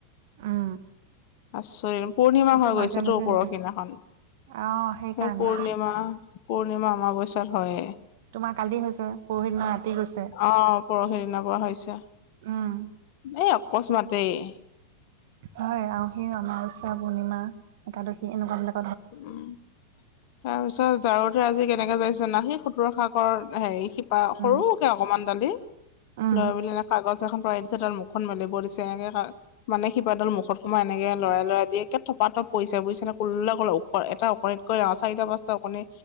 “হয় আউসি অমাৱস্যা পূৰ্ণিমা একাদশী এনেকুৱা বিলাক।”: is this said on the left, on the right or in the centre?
Right